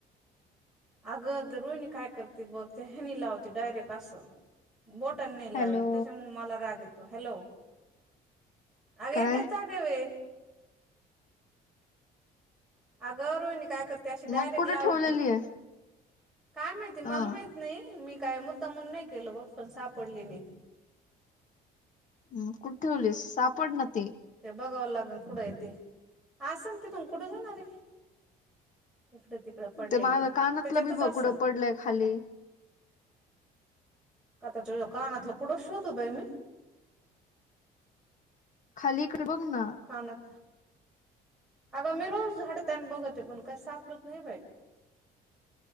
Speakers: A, in the centre; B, on the left.
A: अगं ते रोहिणी काय करते बघ, त्या ह्यांनी लावते डायरेक्ट असं. बोटानी नाही लावत
B: हॅलो
A: त्याचा मग मला राग येतो. हॅलो! अरे
B: काय
A: सवे अगं रोहिणी काय करते अशी डायरेक्ट
B: मग कुठे
A: लाविते.
B: ठेवलेली आहे
A: काय माहिती, मला
B: हा
A: माहित नाही मी काय मुद्दामून नाही केलं, बघ पण सापडली नाही.
B: मग कुठं ठेवलीस? सापड ना ती.
A: ते बघाव लागल कुठं हे ते. असल तिथून कुठं जाणार ये. इकडं-तिकडे पडलेले.
B: ते माझ्या कानातलं
A: त्याच्यातच
B: बी बघ
A: असन.
B: कुठं पडलंय खाली
A: आताचं यो कानातलं कुठं शोधू बाई मी.
B: खाली इकडे बघ ना.
A: कानात, अगं मी रोज झाडते अन बघते पण काय सापडत नाही बाई.